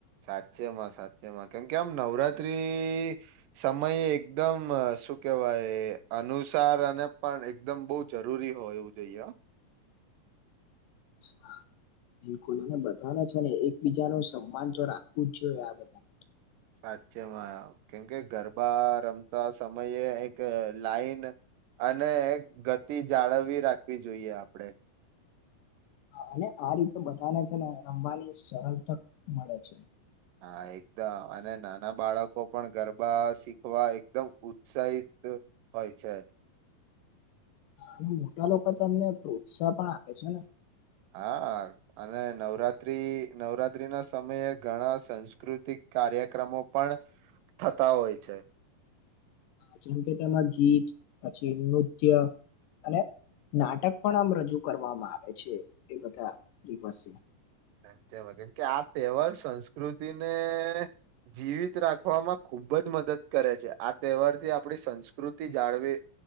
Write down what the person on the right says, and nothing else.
સાચેમાં સાચેમાં કેમ કે આમ નવરાત્રી સમયે એકદમ શું કે -વાય અનુસાર અને પણ એકદમ બવ જરૂરી હોય એવું જોઈએ હ <inaudible>
સાચેમાં કેમકે ગરબા રમતા સમયે એક લાઈન અને ગતિ જાળવવી રાખવી જોઈએ આપડે.
હા, એકદમ અને નાના બાળકો પણ ગરબા શીખવા એકદમ ઉત્સાહિત હોય છે.
હા, અને નવરાત્રી નવરાત્રી ના સમયે ઘણા સંસ્કૃતિક કાર્યક્રમો પણ થતા હોય છે.
સાચમાં કેમ કે આ તહેવાર સંસ્કૃતિને જીવિત રાખવામાં ખૂ ખૂબ જ મદદ કરે છે આ તહેવારથી આપણી સંસ્કૃતિ જાળવી